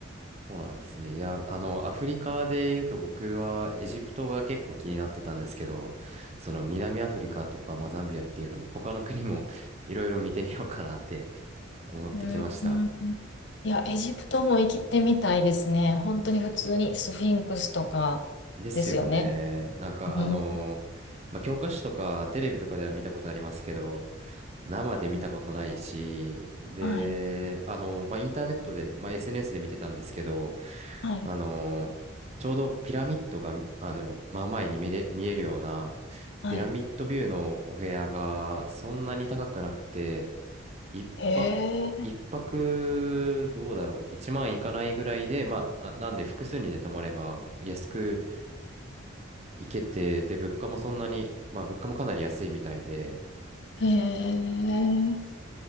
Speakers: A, on the right (about 35°); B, on the left (about 60°).
A: そうなんですね。いや、あの、アフリカで言うと僕はエジプトが結構気になってたんですけど、その南アフリカとか、まあ、ザンビアっていうのも他の国もいろいろ見てみようかなって思ってきました。
B: うん、うんいや、エジプトも行きてみたいですね。本当に普通にスフィンクスとかですよね。
A: ですよね。なんかあのーまあ、
B: うん、
A: 教科書とかテレビとかでは見たことありますけど、生で見たことないし、で、
B: はい、
A: あのーまあ、インターネットで、まあ、SNS で見てたんですけど、
B: はい、
A: あのーちょうどピラミッドが、あの、まあ前に見れ、見えるような、
B: はい。
A: ピラミッドビューのお部屋がそんなに高くなくて、一泊、
B: へえ、
A: 一泊どうだろう、一万いかないぐらいで、まあ、あなんで複数人で泊まれば安く行けて、で、物価もそんなに、まあ物価もかなり安いみたいで、
B: へえ、